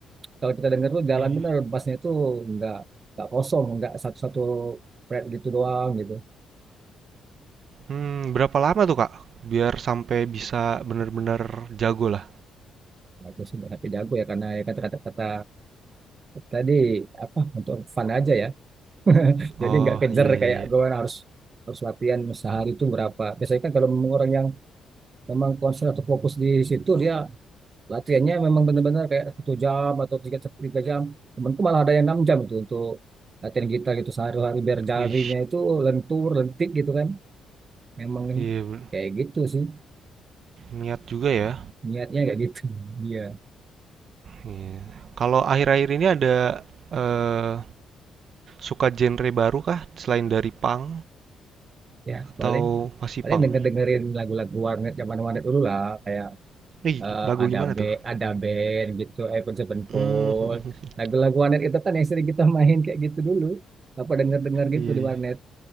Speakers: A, on the right (about 40°); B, on the right (about 55°).
A: kalau kita denger tuh jalan
B: iya
A: bener
B: ya.
A: bassnya itu nggak nggak kosong nggak satu-satu fret gitu doang gitu
B: Hmm, berapa lama tuh, Kak? Biar sampai bisa bener-bener jago lah.
A: Bagus sih, tapi jago ya karena ya kata-kata tadi apa untuk fun aja ya. <laughs>
B: Oh,
A: Jadi nggak kejar
B: iya iya
A: kayak
B: iya.
A: gue harus harus latihan sehari itu berapa. Biasanya kan kalau memang orang yang memang konsen atau fokus di situ dia latihannya memang benar-benar kayak satu jam atau tiga, tiga jam. Temanku malah ada yang enam jam itu untuk latihan gitar gitu sehari-hari biar jarinya
B: Wih,
A: itu lentur lentik gitu kan. Memang
B: iya be
A: kayak gitu sih
B: niat juga ya.
A: niatnya kayak gitu. <laughs> Iya.
B: Iya. Kalau akhir-akhir ini ada, eee, suka genre baru kah selain dari punk
A: ya
B: atau
A: paling
B: masih
A: paling
B: punk?
A: denger dengerin lagu-lagu warnet zaman warnet dulu lah kayak
B: Ih,
A: eh,
B: lagu
A: ada
B: gimana
A: be
B: tuh?
A: ada band gitu Avenged Sevenfold
B: Hmm, <laughs> mhm mhm.
A: lagu-lagu warnet itu kan yang sering kita <laughs> main kayak gitu dulu apa denger denger gitu
B: Iya
A: di
B: iya.
A: warnet